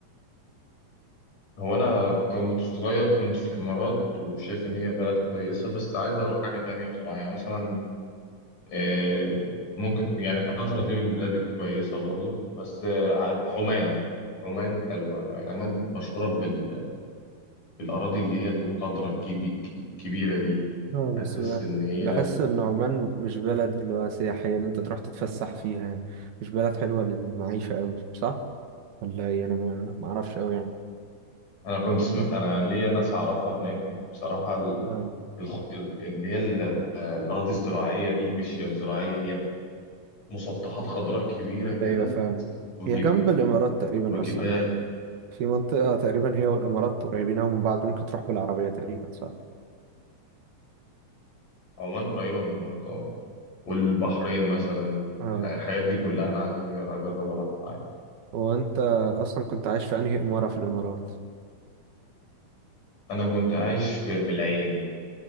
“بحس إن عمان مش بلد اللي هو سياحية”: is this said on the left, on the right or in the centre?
Right